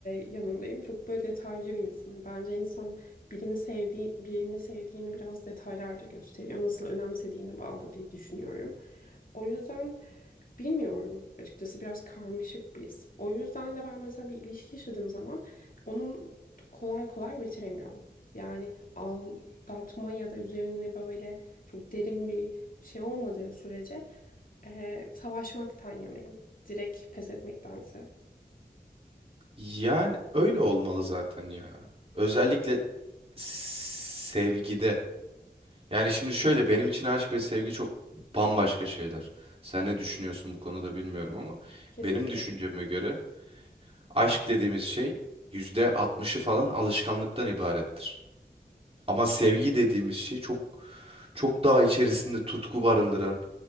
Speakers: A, on the left (about 55°); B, on the right (about 35°).
A: yanındayım. Çok böyle detaycı bir insanım. Bence insan birini sevdiği birini sevdiğini biraz detaylarda gösteriyor. Nasıl önemsediğine bağlı diye düşünüyorum. O yüzden bilmiyorum. Açıkçası biraz karmaşık biz. O yüzden de ben mesela bir ilişki yaşadığım zaman onun kolay kolay bitiremiyorum. Yani al, dağıtma ya da üzerine böyle çok derin bir şey olmadığı sürece eee, savaşmaktan yanayım. Direkt pes etmektense.
B: Yani öyle olmalı zaten ya. Özellikle sevgide. Yani şimdi şöyle benim için aşk ve sevgi çok bambaşka şeyler. Sen ne düşünüyorsun bu konuda bilmiyorum ama
A: Kesinlikle.
B: benim düşünceme göre aşk dediğimiz şey %60'ı falan alışkanlıktan ibarettir. Ama sevgi dediğimiz şey çok çok daha içerisinde tutku barındıran,